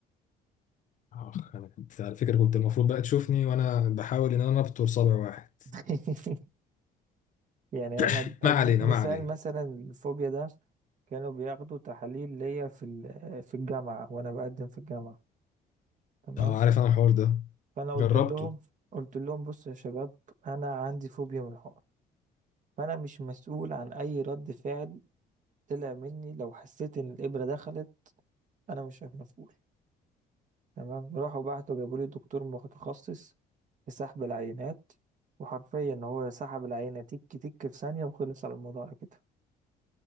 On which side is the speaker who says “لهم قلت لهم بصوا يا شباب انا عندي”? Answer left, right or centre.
Right